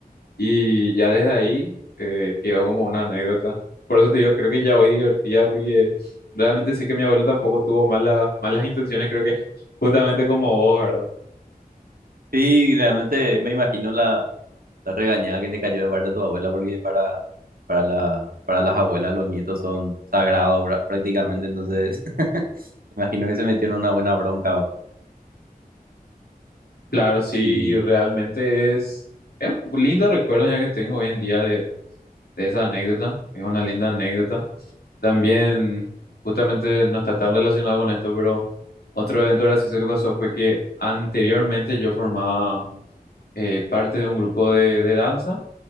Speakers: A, on the left; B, on the right.
A: y ya desde ahí eh, quedó como una anécdota. Por eso te digo, creo que ya hoy divertida porque realmente sí que mi abuelo tampoco tuvo malas, malas intenciones, creo que <laughs> justamente como vos, ¿verdad?
B: Sí, realmente me imagino la, la regañada que le cayó de parte de tu abuela, porque para, para, la, para las abuelas los nietos son sagrados pra- prácticamente, entonces <laughs> imagino que se metieron en una buena bronca. o-
A: Claro, sí,
B: Y
A: y realmente es, es un lindo recuerdo ya que tengo hoy en día de, de esa anécdota, es una linda anécdota. También, justamente no está tan relacionado con esto, pero otro evento gracioso que pasó fue que anteriormente yo formaba eh, parte de un grupo de, de danza,